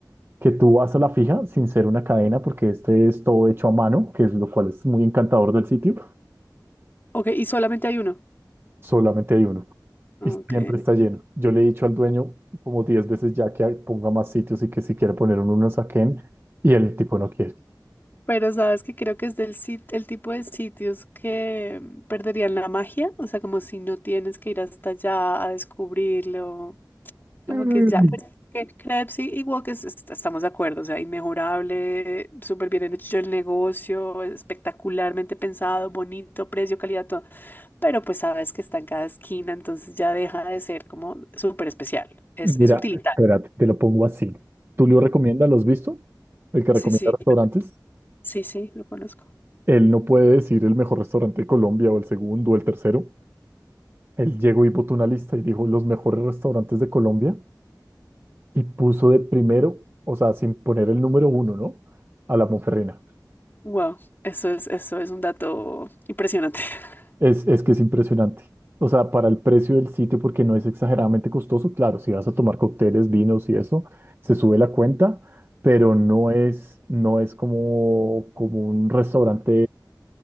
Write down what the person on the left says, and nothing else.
Ok, y solamente hay uno.
Ok.
Pero sabes que creo que es del sit- el tipo de sitios que mm, perderían la magia, o sea, como si no tienes que ir hasta allá a descubrirlo, como
que ya, pues, que crepes y, y Wok es- est- estamos de acuerdo, o sea, inmejorable, súper bien hecho el negocio, espectacularmente pensado, bonito, precio, calidad, todo. pero pues sabes que está en cada esquina, entonces ya deja de ser como súper especial. Es,
es utilitario.
Sí, sí,
sí, sí, lo conozco.
Wow, eso es, eso es un dato impresionante. <laughs>